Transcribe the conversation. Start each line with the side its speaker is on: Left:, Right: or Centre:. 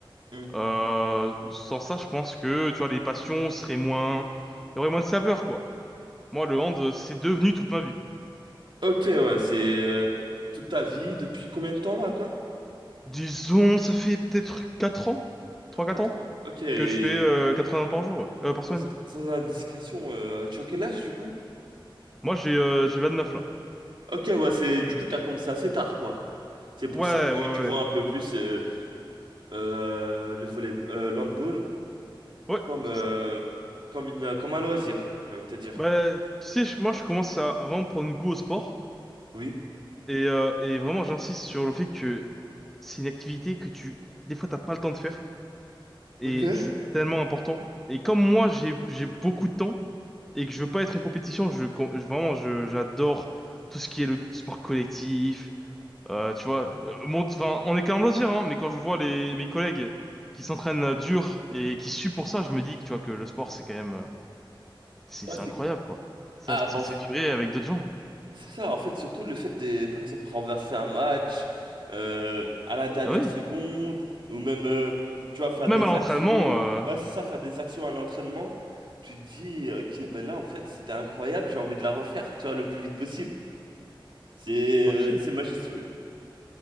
Right: Hmm.
Centre: Euh, sans ça, je pense que, tu vois, les passions seraient moins... Il y aurait moins de saveur, quoi. Moi, le hand, euh, c'est devenu toute ma vie.
Right: Ok, ouais, c'est euh, toute ta vie, depuis combien de temps maintenant?
Centre: Disons, ça fait peut-être 4 ans, trois
Right: Ah,
Centre: quatre
Right: 4
Centre: ans,
Right: ans, ok. et
Centre: que je fais euh, vingts par jour, ouais. Euh, par semaine.
Right: Sans, sans indiscrétion, euh, tu as quel âge, du coup?
Centre: Moi, j'ai euh, j'ai neuf là.
Right: Ok, ouais, c'est du coup, t'as commencé assez tard, quoi. C'est pour
Centre: Ouais,
Right: ça que
Centre: ouais,
Right: tu
Centre: ouais.
Right: vois un peu plus euh, euh, le volley, euh, l'handball
Centre: Ouais,
Right: comme,
Centre: c'est
Right: euh,
Centre: ça.
Right: comme, une, comme un loisir, j'ai envie de te dire.
Centre: Bah, tu sais, je- moi, je commence à, à vraiment prendre goût au sport.
Right: Oui.
Centre: Et, euh, et vraiment, j'insiste sur le fait que c'est une activité que tu... Des fois, t'as pas le temps de faire. Et
Right: Ok.
Centre: c'est tellement important. Et comme moi, j'ai j'ai beaucoup de temps, et que je veux pas être en compétition. Je, com- je- vraiment, je, j'adore tout ce qui est le sport collectif. Euh, tu vois, euh, mon- enfin, on est quand même loisir, hein, mais quand je vois les, mes collègues qui s'entraînent euh, dur et qui suent pour ça, je me dis que tu vois que le sport, c'est quand même, euh, c'est,
Right: Ouais,
Centre: c'est
Right: c'est
Centre: incroyable, quoi. Ça,
Right: ah,
Centre: ça
Right: en
Centre: se
Right: f-
Centre: fait vibrer avec d'autres gens.
Right: c'est ça, en fait, surtout le fait de, par exemple, renverser un match euh, à la dernière
Centre: Ah oui.
Right: seconde, ou même, euh, tu vois, faire
Centre: Même
Right: des
Centre: à l'entraînement,
Right: actions.
Centre: euh,
Right: Ouais, c'est ça, faire des actions à l'entraînement. Tu te dis, ok, ben là, en fait, c'était incroyable, j'ai envie de la refaire, tu vois, le plus vite possible. C'est
Centre: ok,
Right: euh, c'est majestueux.